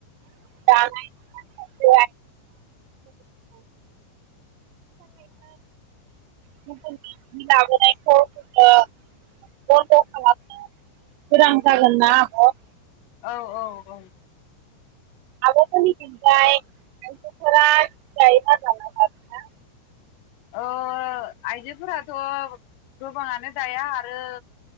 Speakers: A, on the right; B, on the left.
A: <inaudible> <inaudible> गुबुननि जि लाबोनायखौ ओ बन्द' खालामनो गोनां जागोन ना आब'
B: औ औ औ।
A: आबमोननि थिंजाय आयजोफोरा जि दायोना दाला दानिया?
B: ओ आइजोफोराथ' गोबाङानो दाया आरो